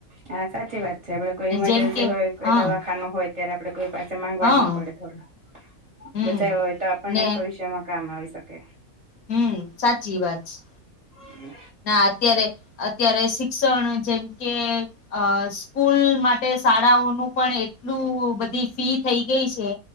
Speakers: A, on the right (about 25°); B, on the left (about 75°).
A: હા સાચી વાત છે. આપડે કોઈ ઈમરજન્સી
B: જેમ કે
A: હોય, કોઈ
B: હા
A: દવાખાનું હોય અ્યારે આપડે કોઈ પાસે માંગવા
B: હા
A: ન પડે થોડો
B: હમ
A: બચાવ હોય તો આપણને
B: ને
A: જ ભવિષ્યમા કામ આવી શકે
B: હમ સાચી વાત છે.
A: હમ્મ
B: ના અત્યારે અત્યારે શિક્ષણ જેમ કે અ સ્કૂલ માટે શાળાઓનું પણ એટલું બધી ફી થઈ ગઈ છે.